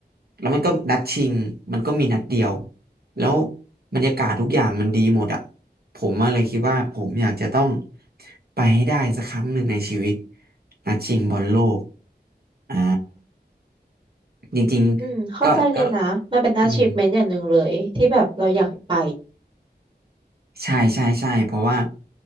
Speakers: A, on the right (about 65°); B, on the right (about 30°).
A: แล้วมันก็นัดชิงมันก็มีนัดเดียวแล้วบรรยากาศทุกอย่างมันดีหมดอ่ะผมมาเลยคิดว่าผมอยากจะต้องไปให้ได้สักครั้งหนึ่งในชีวิตนัดชิงบอลโลกอ่าจริงๆก็ก็
B: อืมเข้าใจเลยนะมันเป็น achievement
A: อืม
B: อย่างหนึ่งเลยที่แบบเราอยากไป
A: ใช่ใช่ใช่เพราะว่า